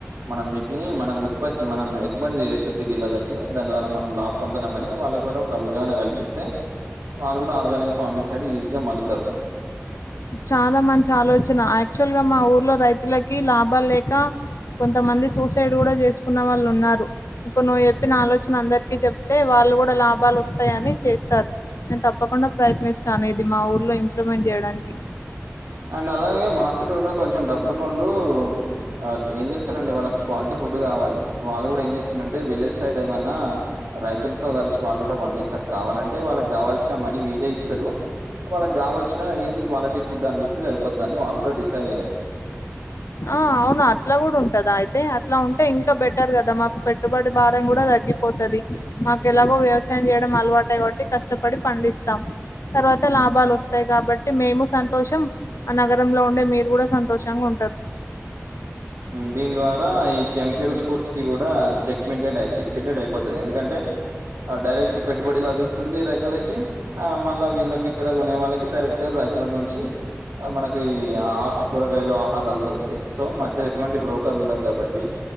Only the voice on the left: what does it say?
చాలా మంచి ఆలోచన యాక్చువల్ గా మా ఊర్లో రైతులకి లాభాలు లేక కొంతమంది సూసైడ్ కూడా చేసుకున్న వాళ్ళు ఉన్నారు ఇప్పుడు నువ్వు చెప్పిన ఆలోచన అందరికి చెప్తే వా వాళ్ళు కూడా లాభాలు వస్తాయని చేస్తారు నేను తప్పకుండా ప్రయత్నిస్తాను ఇది మా ఊర్లో ఇంప్లిమెంట్ చేయడానికి
ఆ అవునా అట్లా కూడా ఉంటదా అయితే అట్లా ఉంటే ఇంకా బెటర్ కదా మాకు పెట్టుబడి భారం కూడా స తగ్గిపోతది మాకు ఎలాగో వ్యవసాయం చేయడం అలవాటే కాబట్టి కష్టపడి పండిస్తాం తర్వాత కొంత లాభాలు వస్తాయి కాబట్టి మేము సంతోషం ఆ నగరంలో ఉండే మీరు కూడా సంతోషంగా ఉంటరు